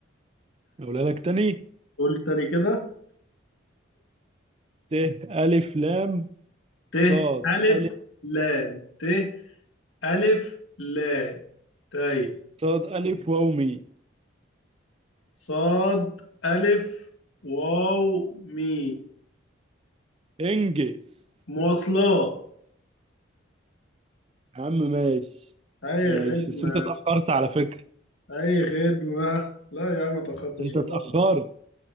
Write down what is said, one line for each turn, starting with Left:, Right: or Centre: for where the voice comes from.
Right: اقولها لك تاني
Left: قول تاني كده
Right: ت الف لام
Left: ت
Right: صاد
Left: الف
Right: الف
Left: لام ت الف لام طيب
Right: صاد الف واو مي
Left: صاد الف واو مي
Right: انجز
Left: مواصلات
Right: يا عم ماشي
Left: اي
Right: ماشي
Left: خدمه
Right: بس انت اتأخرت على فكرة
Left: اي خدمة لا يا عم ما تاخدتش
Right: انت
Left: والله
Right: اتأخرت